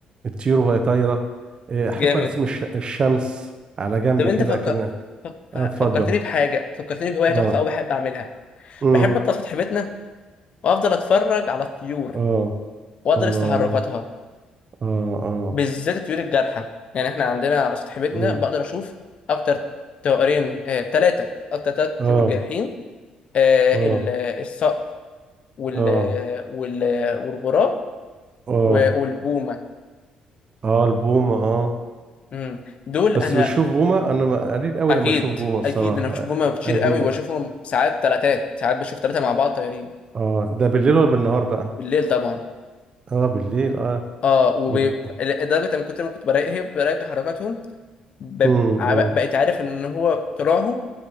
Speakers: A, on the right (about 40°); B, on the left (about 50°).
A: الطيور وهي طايره آه، احب
B: جامد
A: ارسم الش... الشمس على جنب
B: طب انت
A: كده
B: فكر...
A: كأنها
B: فك- فك-
A: اه اتفضل
B: فكرتني بحاجه فكرتني بهوايه
A: اه
B: تحفه قوي بحب اعملها
A: امم
B: بحب اطلع سطح بيتنا وافضل اتفرج على الطيور
A: اه
B: وادرس
A: الله
B: تحركاتها
A: اه اه
B: بالذات الطيور الجارحه يعني احنا عندنا على سطح بيتنا
A: مم.
B: بقدر اشوف اكتر طائرين ثلاثه اكتر ثلاث
A: اه
B: طيور جارحين آه،
A: اه
B: ال- الصقر وال...
A: اه
B: وال... والغراب
A: اه
B: و- والبومه
A: اه البومة اه
B: مم. دول
A: بس
B: انا
A: بتشوف بومة انا ما- قليل قوي
B: اكيد
A: لما اشوف بومة الصراحة
B: اكيد انا بشوف
A: <laughs>
B: بومه كتير
A: قليل
B: قوي واشوفهم ساعات ثلاثات ساعات بشوف ثلاثه مع بعض طايرين
A: اه ده بالليل ولا بالنهار بقى
B: بالليل طبعا
A: اه بالليل اه
B: اه ولدرجه
A: بيبقى
B: ان كنت لما كنت براقب براقب تحركاتهم ببقى-
A: امم امم
B: بقيت عارف ان هو طلوعهم